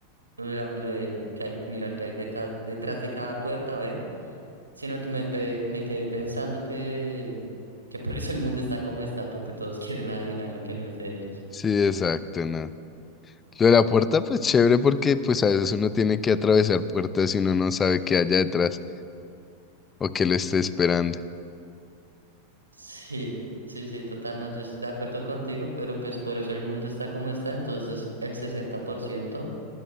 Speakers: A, on the right; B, on the left.
A: lo de, la- lo de que hay, mirar que hay de ca- detrás de cada puerta, ¿ve? sino que me, pe- me quedé pensando que, que por eso el mundo está como está, porque todos <laughs> quieren adivinar lo que no es de ellos.
B: Sí, exacto, no. Lo de la puerta, pues chévere porque pues a veces uno tiene que atravesar puertas y uno no sabe qué haya detrás o qué lo esté esperando.
A: Sí, sí, sí, total, no, yo estoy de acuerdo contigo, pero pues por eso el mundo está como está, entonces el 60%,